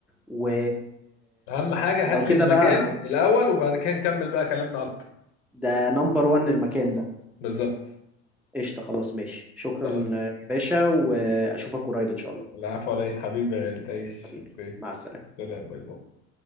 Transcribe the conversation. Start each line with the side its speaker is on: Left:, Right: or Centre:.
Centre: و...
Left: اهم حاجة
Centre: ولو
Left: هات
Centre: كده
Left: لي المكان
Centre: بقى
Left: الاول وبعد كده نكمل بقى كلامنا اكتر
Centre: ده نمبر وان المكان ده
Left: بالظبط
Centre: قشطة خلاص ماشي شكرا
Left: خلاص
Centre: يا باشا وأشوفك قريب إن شاء الله
Left: العفو علي حبيبي يا غالي تعيش
Centre: حبيبي
Left: اوكي
Centre: مع السلامة
Left: سلام باي باي